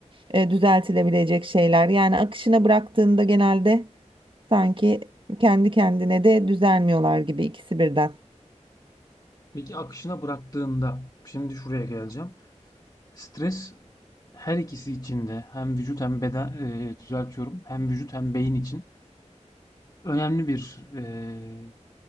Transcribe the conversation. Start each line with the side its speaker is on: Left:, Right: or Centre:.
Right: e, düzeltilebilecek şeyler. Yani akışına bıraktığında genelde sanki kendi kendine de düzelmiyorlar gibi ikisi birden.
Left: Peki akışına bıraktığında, şimdi şuraya geleceğim. Stres her ikisi için de hem vücut hem beden e, düzeltiyorum hem vücut hem beyin için önemli bir eee,